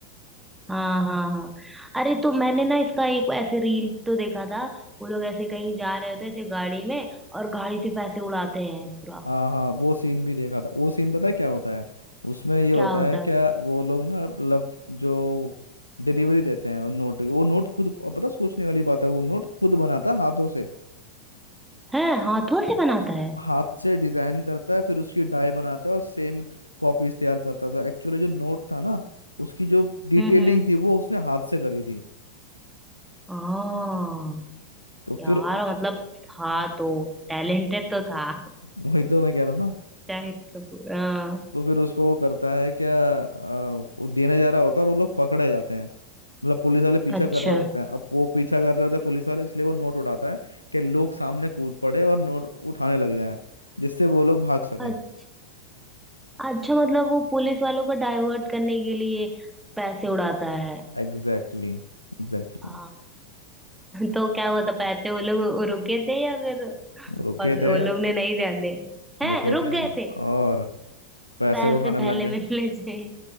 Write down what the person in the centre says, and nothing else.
हाँ हाँ हाँ अरे तो मैंने ना इसका एक ऐसे रील तो देखा था वो लोग ऐसे कहीं जा रहे होते हैं ऐसे गाड़ी में और गाड़ी से पैसे उड़ाते हैं पूरा
क्या होता
है
उस-
हैं हाथों से बनाता है
हम्म हम्म
हाँ
यार
मतलब था तो टैलेंटेड तो था
शाहिद कपूर हाँ
अच्छा
अ- अच्छा मतलब वो पुलिस वालों को डाइवर्ट करने के लिए पैसे उड़ाता है
आ, तो क्या हुआ था पैसे वो लोग रुके थे या फिर
पग-
वो लोग ने नहीं ध्यान दिया हैं
रुक
गए थे
पैसे
पहले
मिलने <laughs> चाहिए